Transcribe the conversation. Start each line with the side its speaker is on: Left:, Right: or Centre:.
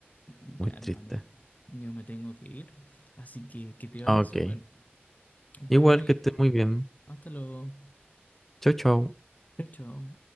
Left: Ya,
Centre: muy triste.
Left: hermano, yo me tengo que ir, así que que te vayas
Centre: Ah, Ok.
Left: súper. Bye,
Centre: Igual
Left: bye.
Centre: que esté muy bien.
Left: Hasta luego.
Centre: Chau, chau.
Left: Chao, chao.